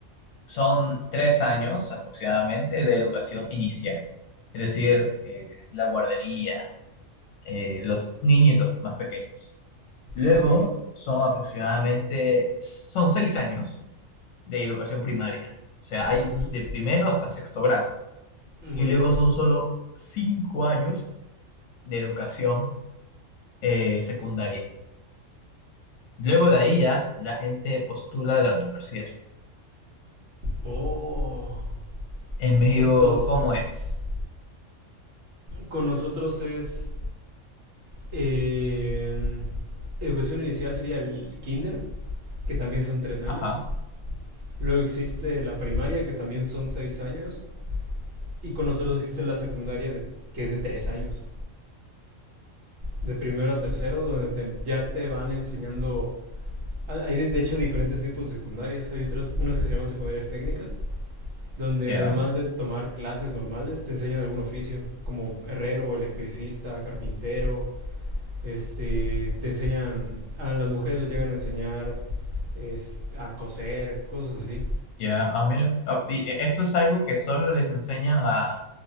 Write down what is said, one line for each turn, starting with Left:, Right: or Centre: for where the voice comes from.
Left: son tres años aproximadamente de educación inicial, es decir, eh, la guardería, eh, los niñitos más pequeños. Luego
Right: Ok.
Left: son aproximadamente, son seis años de educación primaria, o sea, hay
Right: Ujú.
Left: de primero hasta sexto grado,
Right: Muy
Left: y luego
Right: bien.
Left: son solo cinco años de educación eh, secundaria. Luego de ahí ya la gente postula a la universidad.
Right: Oh.
Left: En México,
Right: Entonces,
Left: ¿cómo es?
Right: con nosotros es eh, educación inicial sería el kinder, que también son tres años.
Left: Ajá,
Right: Luego existe la primaria, que también son seis años. Y con nosotros existe la secundaria, de, que es de tres años, de primero a tercero, donde te- ya te van enseñando. ah, Hay de- de hecho diferentes tipos de secundarias. Hay otras, unas que se llaman secundarias técnicas, donde
Left: ya,
Right: además de tomar clases normales, te enseñan algún oficio, como herrero, electricista, carpintero. Este, te enseñan, a las mujeres les llegan a enseñar este, a coser, cosas así.
Left: ya, ah, mira. Ah, y e- ¿Eso es algo que solo les enseñan a